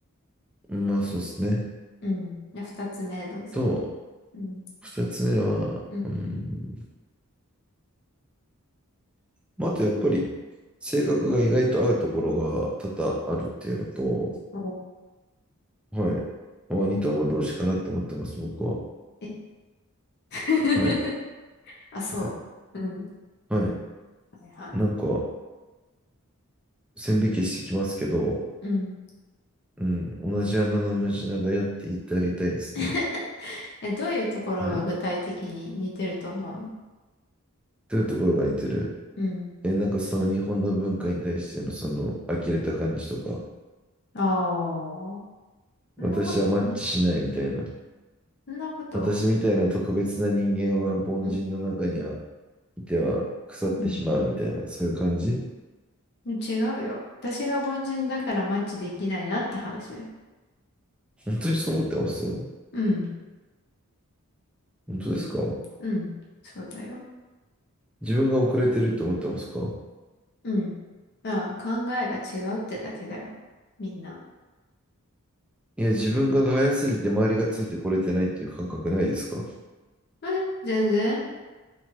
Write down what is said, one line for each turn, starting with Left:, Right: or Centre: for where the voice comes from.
Centre: まあ、そうですね。
Left: うん。じゃあ二つ目、どうぞ。
Centre: と、
Left: うん。
Centre: 二つ目は、
Left: うん。
Centre: うん、まあ、あとやっぱり、性格が意外と合うところが多々あるっていうのと、
Left: お、
Centre: はい。まあ、似た者同士かなと思ってます、僕は。
Left: え <laughs>
Centre: はい。
Left: あ、そう。
Centre: はい。
Left: うん。
Centre: はい
Left: はいはい。
Centre: なんか、線引きしてきますけど、
Left: うん。
Centre: うん、同じ穴の無地なだよって言ってあげたいですね。
Left: <laughs> え、どういうところが具体的に似てると思うの
Centre: はい。どういうところが似てる
Left: うん。
Centre: え、なんかその日本の文化に対してのその呆れた感じとか、
Left: ああ、そんなことね。
Centre: 私はマッチしないみたいな、
Left: そんなこと。
Centre: 私みたいな特別な人間は凡人の中には
Left: うん。
Centre: いては腐ってしまうみたいな、
Left: うん。
Centre: そういう感じ
Left: 違うよ。私が凡人だからマッチできないなって話だよ。
Centre: 本当にそう思ってます
Left: うん。
Centre: 本当ですか
Left: うん。そうだよ。
Centre: 自分が遅れてると思ってますか
Left: うん。ああ、考えが違うってだけだよ。みんな。
Centre: いや、自分が早すぎて周りがついてこれてないっていう感覚ないですか
Left: え、全然